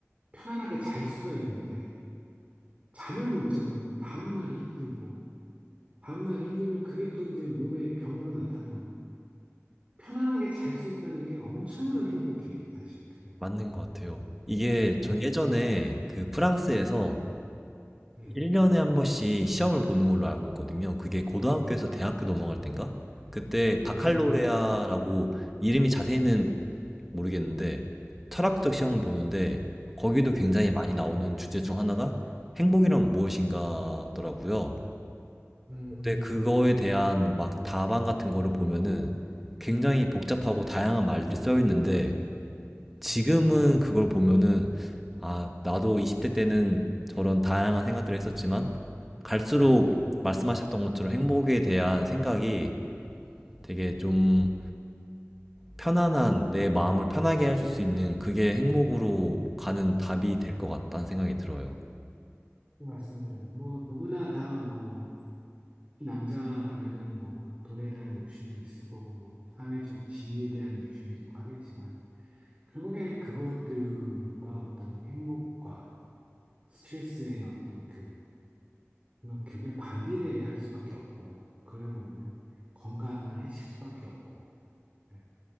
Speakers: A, on the right; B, in the centre.
A: 편안하게 잘 수가 있는데, 잠을 못 자면은 다음날이 힘들고, 다음날이 힘들면 그게 또 이제 몸에 병으로 나타나고, 편안하게 잘 수 있다는 게 엄청난 행복이에요, 사실 어떻게 보면.
B: 맞는 것 같아요. 이게
A: 예,
B: 전 예전에 그 프랑스에서
A: 예,
B: 1년에 한 번씩 시험을 보는 걸로 알고 있거든요. 그게 고등학교에서 대학교 넘어갈 땐가? 그때 바칼로레아라고
A: 음,
B: 이름이 자세히는 모르겠는데 철학적 시험을 보는데 거기도 굉장히
A: 예,
B: 많이 나오는 주제 중 하나가 행복이란 무엇인가더라고요.
A: 음,
B: 근데 그거에 대한 막 답안 같은 거를 보면은 굉장히 복잡하고 다양한 말들이 쓰여 있는데 지금은
A: 음,
B: 그걸 보면은 아, 나도 20대 때는 저런 다양한 생각들을 했었지만 갈수록 말씀하셨던 것처럼 행복에 대한 생각이 되게 좀 편안한 내 마음을 편하게 해줄 수 있는 그게 행복으로 가는 답이 될 것 같다는 생각이 들어요.
A: 맞습니다. 뭐, 누구나 다 뭐, 특히 남자라면은 뭐, 돈에 대한 욕심도 있을 거고, 뭐, 사회적 지위에 대한 욕심도 있고 하겠지만, 결국에 그것들과 어떤 행복과 스트레스의 어떤 그, 뭐 결국에 반비례할 수밖에 없고, 그러다 보면은 건강을 해칠 수밖에 없고, 네.